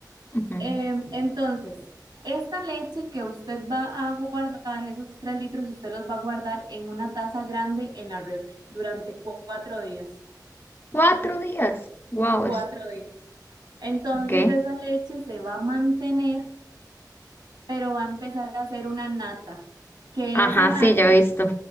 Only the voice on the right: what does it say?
Eh, entonces, esta leche que usted va a guardar, esos tres litros, usted los va a guardar en una taza grande en la refri durante cu- cuatro días.
Cuatro
días. Entonces,
esa leche se va a mantener, pero va a empezar a hacer una nata, que
esa nata